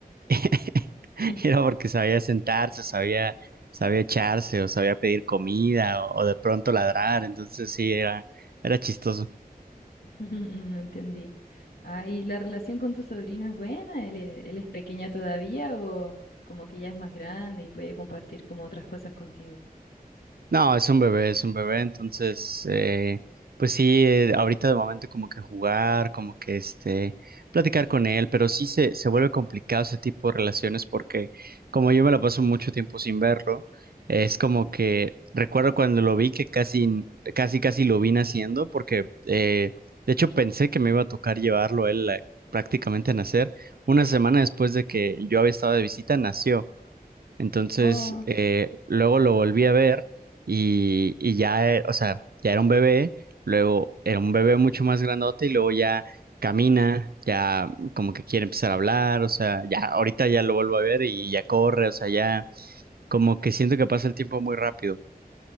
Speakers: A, on the right; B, on the left.
A: <laughs>
B: <laughs>
A: Era porque sabía sentarse, sabía, sabía echarse o sabía pedir comida o, o de pronto ladrar, entonces sí, era, era chistoso.
B: <laughs> Entendí. Ah, ¿y la relación con tu sobrino es buena? ¿Él, e- él es pequeña todavía o como que ya es más grande y puede compartir como otras cosas contigo?
A: No, es un bebé, es un bebé, entonces, eh, pues sí, eh, ahorita de momento como que jugar, como que este, platicar con él, pero sí se, se vuelve complicado ese tipo de relaciones porque como yo me la paso mucho tiempo sin verlo, es como que recuerdo cuando lo vi que casi, casi, casi lo vi naciendo porque, eh, de hecho pensé que me iba a tocar llevarlo él eh, prácticamente a nacer. Una semana después de que yo había estado de visita, nació. Entonces,
B: Oh,
A: eh, luego lo volví a ver y, y ya, eh, o sea, ya era un bebé, luego era un bebé mucho más grandote y luego ya camina, ya como que quiere empezar a hablar, o sea, ya ahorita ya lo vuelvo a ver y ya corre, o sea, ya como que siento que pasa el tiempo muy rápido.